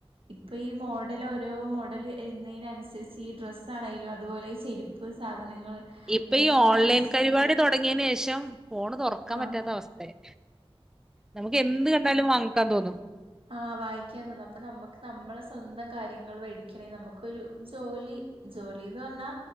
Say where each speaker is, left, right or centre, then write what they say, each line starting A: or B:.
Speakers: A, on the right; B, in the centre.
A: ഇപ്പോൾ ഈ മോഡൽ മോഡൽ ഓരോ മോഡൽന്നതിനനുസരിച്ച് ഈ ഡ്രസ് ആണെങ്കലും അതുപോലെ ചെരിപ്പ് സാധനം നങ്ങള്
B: ഇപ്പൊ
A: അങ്ങനത്തെ
B: ഈ ഓൺലൈൻ
A: ഫാൻസി
B: പരിപാടി
A: ആണെങ്കിലും
B: തുടങ്ങിയതിന് ശേഷം ഫോണ് തുറക്കാൻ
A: ആഹ
B: പറ്റാത്ത അവസ്ഥയായി നമുക്ക് എന്ത് കണ്ടാലും വാങ്ങിക്കാൻ തോന്നും
A: ആഹ വായിക്കാൻ തോന്നുന്നു അപ്പൊ നമുക്ക് നമ്മളെ സ്വന്തം കാര്യങ്ങൾ മേടിക്കണെിൽ നമുക്കൊരു ജോലി ജോലിന്ന് പറഞ്ഞാ